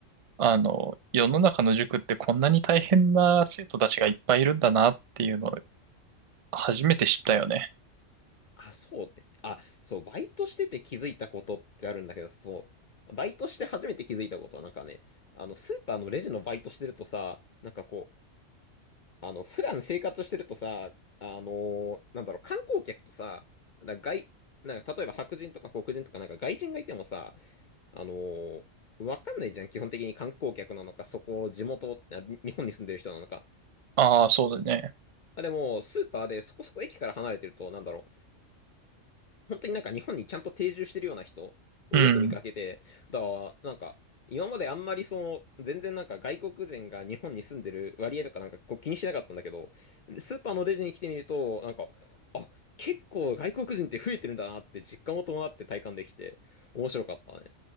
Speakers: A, on the right (about 55°); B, on the left (about 55°).
A: あの、世の中の塾ってこんなに大変な生徒たちがいっぱいいるんだなっていうのを初めて知ったよね。
B: あ、そうね。あ、そう、バイトしてて気づいたことってあるんだけど、そう、バイトして初めて気づいたことはなんかね、あの、スーパーのレジのバイトしてるとさ、なんかこう、あの、普段生活してるとさ、あのなんだろう、観光客とさ、なんか外、なんか例えば白人とか黒人とかなんか外人がいてもさ、あのわかんないじゃん、基本的に観光客なのか、そこ、地元、あ日本に住んでる人なのか。
A: ああ、そうだね。
B: あ、でも、スーパーでそこそこ駅から離れてると、なんだろ本当になんか日本にちゃんと定住してるような人をよく見かけて、
A: うん。
B: だから、なんか、今まであんまりその、全然なんか外国人が日本に住んでる割合とかなんかこう気にしなかったんだけど、スーパーのレジに来てみると、なんか、あ、結構外国人って増えてるんだなって実感を伴って体感できて、面白かったね。